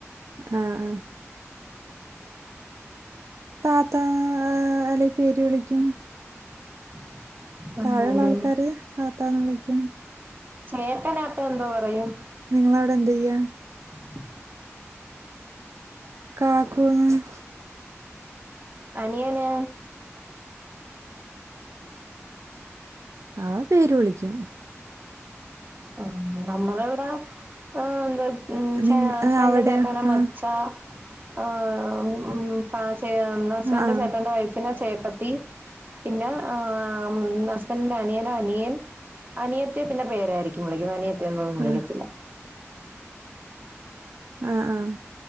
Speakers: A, on the right (about 75°); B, on the right (about 40°).
A: ആഹ് ആഹ് താതാണ് <unintelligible> അല്ലെങ്കിൽ പേര് വിളിക്കും
B: <inaudible> ആണല്ലേ
A: താഴെയുള്ള ആൾക്കാർ താത്താന്ന് വിളിക്കും
B: ചേട്ടനപോഎന്തോ പറയും
A: നിങ്ങള് അവിടെ എന്തയ്യാ?
B: <unintelligible>
A: കാക്കൂന്ന്
B: അനിയനേ?
A: ആഹ് പേര് വിളിക്കും
B: ആഹ് നമ്മളെ ഇവിടെ ഏഹ് എന്തോ
A: നിങ്ങ
B: ഹസ്ബൻ്റിൻ്റെ
A: അവിടെയോ
B: ചേട്ടനെ മച്ചാ
A: ആഹ്
B: ആഹ് ഉം ചേ ഹസ്ബന്റെ
A: ആഹ് ആഹ്
B: ചേട്ടന്റെ വൈഫ് പിന്നെ ചേട്ടത്തി പിന്നെ ആ മ് ഹസ്ബൻ്റിന്റെ അനിയനൊ അനിയൻ അനിയത്തിയെ പിന്നെ പേരായിരിക്കും വിളിക്കുന്നത് അനിയത്തയൊന്നൊന്നും വിളിക്കത്തില്ല
A: ആഹ് ആഹ് ആഹ്